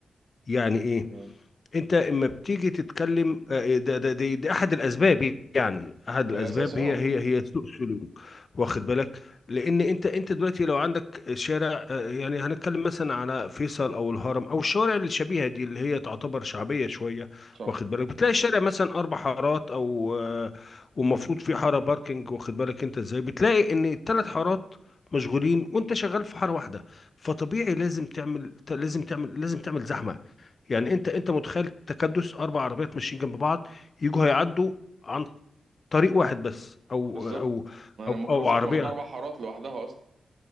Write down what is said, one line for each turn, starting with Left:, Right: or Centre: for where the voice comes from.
Left: يعني ايه
Right: تمام
Left: انت اما بتيجي تتكلم آه، ده ده دي, دي احد الاسباب يعني احد
Right: في
Left: الاسباب
Right: الأساس اه
Left: هي هي هي سوء سلوك واخد بالك لان انت انت دلوقتي لو عندك شارع آه، يعني هنتكلم مثلا على فيصل او الهرم او الشوارع الشبيهه دي اللي هي تعتبر شعبيه شويه
Right: صح
Left: واخد بالك بتلاقي الشارع مثلا اربع حارات او آه، ومفروض في حاره باركنج واخد بالك انت ازاي بتلاقي ان الثلاث حارات مشغولين وانت شغال في حاره واحده فطبيعي لازم تعمل لازم تعمل لازم تعمل زحمه يعني انت انت متخيل تكدس اربع عربيات ماشيين جنب بعض يجوا هيعدوا عن طريق واحد بس او
Right: بالظبط
Left: او
Right: ما أنا
Left: او,
Right: الميكروباصات
Left: أو عربيه
Right: واخدة أربع حارات لوحدها أصلا